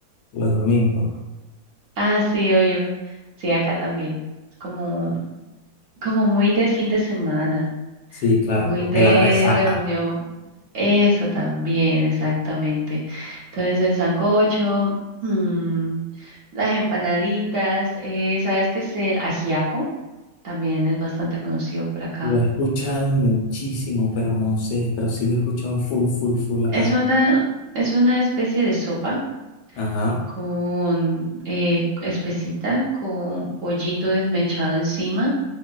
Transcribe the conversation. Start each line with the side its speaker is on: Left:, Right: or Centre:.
Left: los domingos.
Right: Ah, sí, yo Sí, acá también. Es como, como muy de fin de semana,
Left: Sí, claro,
Right: muy de
Left: de la resaca.
Right: reunión. Eso también, exactamente. Entonces, el sancocho, mm, las empanaditas, eh, ¿sabes qué es el ajiaco? También es bastante conocido por acá.
Left: Lo he escuchado muchísimo, pero no sé, pero sí lo he escuchado full, full, full acá.
Right: Es una, es una especie de sopa
Left: Ajá.
Right: con eh, espesita, con pollito desmechado encima